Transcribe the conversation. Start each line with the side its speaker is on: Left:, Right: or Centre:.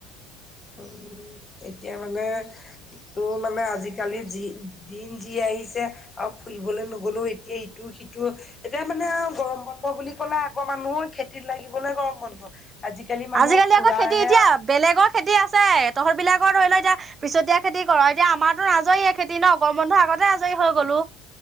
Left: উম এতিয়া মানে তোৰ মানে আজিকালি যি দিন যি আহিছে আৰু ফুৰিবলৈ নগলেও এ তিয়া ইটো সিটো এতিয়া মানে আৰু গৰম বন্ধ বুলি কলে আগৰ মানুহ খেতিত লাগিবলৈ গৰম বন্ধ। আজিকালি মানুহৰ
Right: আজিকালি
Left: ফুৰাহে
Right: আকৌ খেতি এতিয়া বেলেগৰ খেতি আ ছে, তহঁত বিলাকৰ ধৰি লও এতিয়া পিছতীয়া খেতি কৰ। এতিয়া আমাৰতো আজৰিয়ে খেতি ন গৰম বন্ধুৰ আগতে আজৰি হৈ গলো।